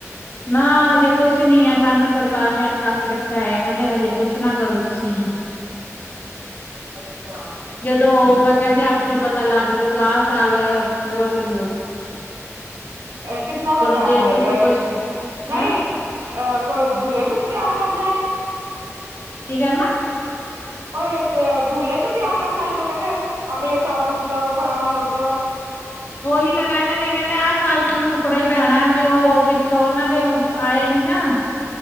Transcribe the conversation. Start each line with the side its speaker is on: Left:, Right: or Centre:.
Left: ਨਾ ਹਜੇ ਕੁਛ ਨੀ ਆ ਸਾਨੂੰ ਸਰਕਾਰ ਨੇ ਅਟਕਾ ਕੇ ਰੱਖਿਆ ਹੋ ਕਹਿੰਦੇ ਹਜੇ ਕੁਛ ਨਾ ਕਰੋ ਤੁਸੀਂ।
Right: ਅੱਛਾ।
Left: ਕਦੋਂ ਹੋਊਗਾ ਕਹਿੰਦੇ ਆਪੇ ਪਤਾ ਲੱਗ ਜੂਗਾ ਆਹ ਸਾਲ ਰੁਕ ਜਾਊ।
Right: ਕਿਤਨਾ ਕਾ ਪ੍ਰਾਇਮ
Left: ਜੇ
Right: ਹੋ
Left: ਤੁਸੀਂ
Right: ਗਿਆ
Left: ਕੁਛ
Right: ਇਹ ਨਹੀਂ।
Left: ਹੈਂ
Right: ਅਹ ਕੋਈ ਦੁਹ ਨੂੰ ਤਿਆਰ ਕਰਨਾ ਹੈ।
Left: ਕੀ ਕਰਨਾ।
Right: ਕੋਈ ਦੁਲੇ ਨੂੰ ਤਿਆਰ ਕਰਨਾ ਸੀ ਜੋ ਕਹਿੰਦੇ ਅਗਲੇ ਸਾਲ ਰੁਕ ਜਾਓ ਫਰਾਣਾ ਰੁਕ ਜਾਓ।
Left: ਉਹੀ ਤਾਂ ਕਹਿੰਦੇ ਨੇ ਕਹਿੰਦੇ ਆਹ ਸਾਲ ਤਹਨੂੰ ਰੁਕਣਾ ਹੀ ਪੈਣਾ ਵੀ ਉਹ
Right: ਹਮ
Left: ਪਿੱਛੋਂ ਉਹਨਾਂ ਨੇ। ਆਏ ਨੀ ਨਾ